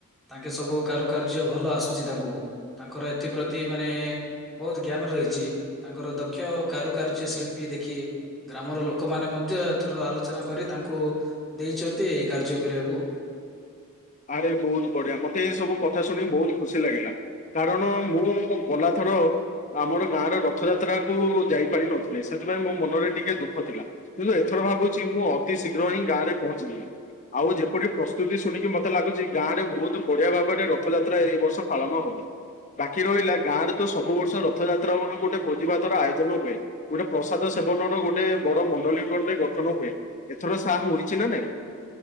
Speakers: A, in the centre; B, on the left.
A: ତାଙ୍କେ ସବୁ କାରୁକାର୍ଯ୍ୟ ଭଲ ଆସୁଛି ତାଙ୍କୁ ତାଙ୍କର ଏଥିପ୍ରତି ମାନେ ବହୁତ ଜ୍ଞାନ ରହିଛି ତାଙ୍କର ଦକ୍ଷ କାରୁକାର୍ଯ୍ୟ ଶିଳ୍ପୀ ଦେଖି ଗ୍ରାମର ଲୋକମାନେ ମଧ୍ୟ ଏଥର ଆଲୋଚନା କରି ତାଙ୍କୁ ଦେଇଛନ୍ତି ଏଇ କାର୍ଯ୍ୟ କରିବାକୁ।
B: ଆରେ ବହୁତ ବଢିଆ ମତେ ଏ ସବୁ କଥା ଶୁଣି ବହୁତ ଖୁସି ଲାଗିଲା କାରଣ ମୁଁ ଗଲା ଥ ର ଆମର ଗାଁରେ ରଥଯାତ୍ରାକୁୁ ଯାଇପାରି ନଥିଲେ ସେଥିପାଇଁ ମୋ ମନରେ ଟିକେ ଦୁଃଖ ଥିଲା। କିନ୍ତୁ ଏଥର ଭାବୁଛି ମୁଁ ଅତି ଶୀଘ୍ର ହିଁ ଗାଁରେ ପହଞ୍ଚିଯିବି ଆଉ ଯେପରି ପ୍ରସ୍ତୁତି ଶୁଣିି କି ମତେ ଲାଗୁଛି ଗାଁ ରେ ବହୁତ ବଢିଆ ଭାବରେ ରଥଯାତ୍ରା ଏଇ ବର୍ଷ ପାଳନ ହବ। ବାକି ରହିଲା ଗାଁରେ ତ ସବୁ ବର୍ଷ ରଥଯାତ୍ରା ବେଳକୁ ଗୋଟେ ଭୋଜି ଭାତ ର ଆୟୋଜନ ହୁଏ ଗୋଟେ ପ୍ରସାଦ ସେ ସେବନର ଗୋଟେ ବଡ ମଣ୍ଡଳୀ ଉପରେ ଗଠନ ହୁଏ। ଏଥର ସାହା ହୋଇଛି ନା ନାଇଁ?